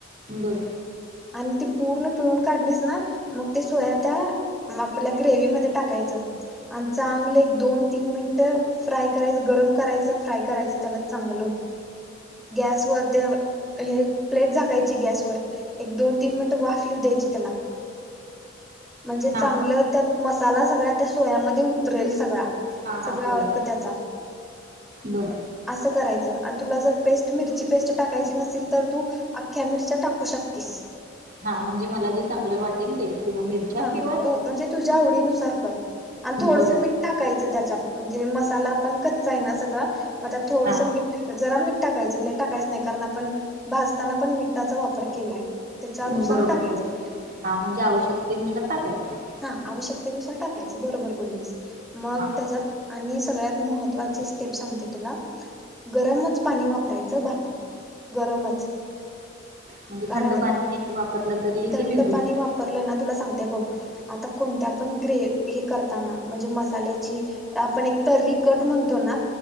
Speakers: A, on the right; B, in the centre.
A: बर
B: आणि ते पूर्ण पिळून काढलीस ना मग ते सोया त्या आपल्या ग्रेवी मध्ये टाकायचं आणि चांगलं एक दोन तीन मिनिटं फ्राय करायच गरम करायचं फ्राय करायचं त्याला चांगलं गॅसवर त्या हे प्लेट झाकायची गॅसवर एक दोन तीन मिनटं वाफ येऊ द्यायची त्याला म्हणजे चांगलं
A: हा
B: त्यात मस साला सगळ्या त्या सोयामध्ये उतरेल सगळा
A: हा हा
B: सगळा
A: बरोबर
B: अर्क त्याचा
A: बर
B: असं करायचं अनं तुला जर पेस्ट मिरची पेस्ट टाकायची नसेल तर तू अख्ख्या मिरच्या टाकू शकतीस.
A: हा म्हणजे मला जे चांगलं वाटेल ते किंवा मिरच्या
B: हा
A: किंवा
B: तू म्हणजे तुझ्या आवडीनुसार कर आणि
A: हं,
B: थोडस
A: बरोबर
B: मीठ टाकायचं त्याच्यात म्हणजे मसाला पण कच्चा आहे ना सगळा आता थोडसं
A: हा
B: मीठ जरा मीठ टाकायच लई टाकायच नाही कारण आपण भाजताना पण मिटाचा वापर केलाय. त्याच्यानुसार
A: ह बरोबर
B: टाकायचं
A: ब
B: मीठ
A: हा म्हणजे आवश्यकतेनुसार टाकायचं.
B: हा आवश्यकतेनुसार टाकायचं बरोबर बोललीस. मग
A: हा
B: त्याच्यात आणि सगळ्यात महत्त्वाची स्टेप सांगते तुला गरमच पाणी वापरायचं भातात गरमच
A: म्हणजे
B: कारण
A: थंड पाणी वापरलं तरी
B: थंड
A: ते बिघडू
B: पाणी
A: शकत
B: वापरलं ना तुला सांगते बघ. आता कोणत्या पण ग्रेव हे करताना म्हणजे मसाल्याची आपण एक तर्री कट म्हणतो ना